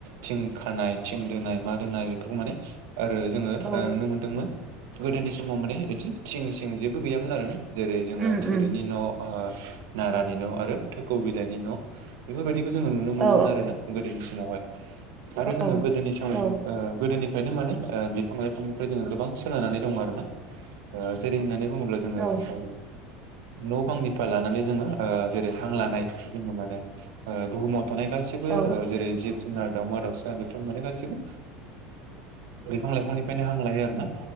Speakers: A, on the right; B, on the right.
A: थिं खानाय थिं दोनाय मा दोनाय बेफोरखौ माने आरो जोङो नुनो
B: औ
A: मोनदोंमोन गोदोनि समाव माने बिदि थिं सिं जेबो गैयामोन आरोा जेरै जोङो
B: उम
A: थुरिनि
B: उम
A: न' अ नारानि न' आरो थोखौ बिलाइनि न' बेफोरबायदि दिखौ जोङो नुनो मोनोन
B: औ
A: आरोना गोदोनि समावहाय आरो जोङो
B: औ
A: गोदोनि सम
B: औ
A: अ गोदोनि फ्रायनो माने बिफां लाइफांनिफ्राय जों गोबां सोनारनानै दंङ आरो ना अ जेरै होननानै बुंब्ला जोङो
B: औ
A: न' बांनिफ्राय लाना नै जोङो जेरै हां लानाय जोङो माने बुहुमाव थानाय गासिबो
B: औ
A: जेरै जिब जुनार दाउमा दाउसा बेफोर माने गाससिबो बिफां लाइफांनिफ्रायनो हां लायो आरोना